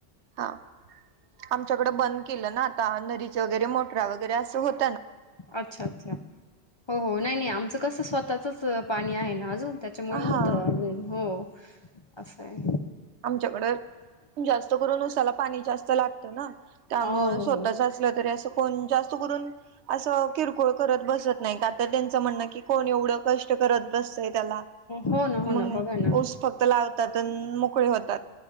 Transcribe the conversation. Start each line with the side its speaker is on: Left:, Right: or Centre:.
Right: हा आमच्याकडें बंद केलं ना आता नदीच वगैरे मोटरा वगैरे असं होत
Left: अच्छा अच्छा, हो हो नाही नाही आमचं कसं स्वतःचच पाणी आहे ना अजून त्या त्यामुळे
Right: हा
Left: होत अजून हो असंय
Right: आमच्याकड जास्त करून उसाला पाणी जास्त लागतं ना त्यामुळे
Left: हो,
Right: स्वतचा
Left: हो.
Right: अस <unintelligible> अस जास्त करून अस किरकोळ करत बसत नाही त्यांच म्हण की कोण एवढं कष्ट करत बसतंय त्याला
Left: हो ना,
Right: मग
Left: हो ना. बघा ना.
Right: फक्त लावतात आणि मोकळे होतात.